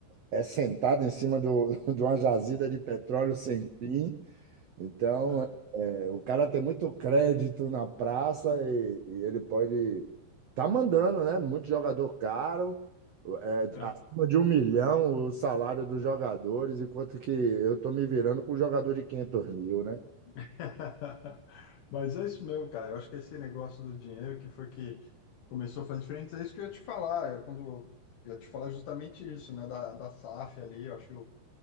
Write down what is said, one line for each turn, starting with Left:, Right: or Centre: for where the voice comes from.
Right: é sentado em cima do, <laughs> de uma jazida de petróleo sem fim. Então,
Left: É,
Right: é, o cara tem muito crédito na praça e, e ele pode tá mandando, né? Muito jogador caro, é,
Left: é.
Right: acima de um milhão o salário dos jogadores, enquanto que eu tô me virando com um jogador de 500 mil, né?
Left: <laughs> Mas é isso mesmo, cara. Eu acho que esse negócio do dinheiro que foi que começou a fazer diferença, é isso que eu ia te falar. Eu, quando, eu ia te falar justamente isso, né? Da, da SAF ali, eu acho que